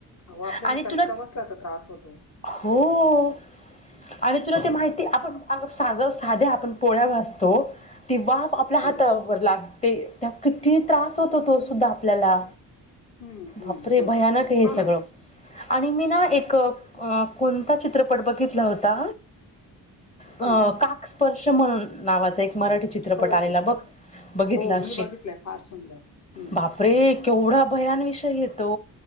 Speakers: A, on the left; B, on the left.
A: अह आपल्याला
B: आणि
A: चटका
B: तुला
A: बसला तर त्रास होतो
B: हो आणि तुला
A: हम्म,
B: ते माहिती आपण साग साध्या आपण पोळ्या वाासतो ती वाफ आपल्या हात
A: हम्म,
B: लागते त्या किती त्रास होतो तो सुद्धा आपल्याला
A: हम्म, हम्म,
B: बापरे
A: हम्म.
B: भयानक हे
A: हो
B: सगळं
A: ना
B: आणि मी ना एक कोणता चित्रपट बघितला होता अ
A: हम्म.
B: काक स्पर्श म्हण नावाचा एक मराठी चित्रपट
A: हो
B: आलेला
A: हो
B: बघ बघितलं
A: हो
B: असशील
A: मी बघितलंय फार सुंदर हम्म.
B: बापरे केवढा भयानविषय येतो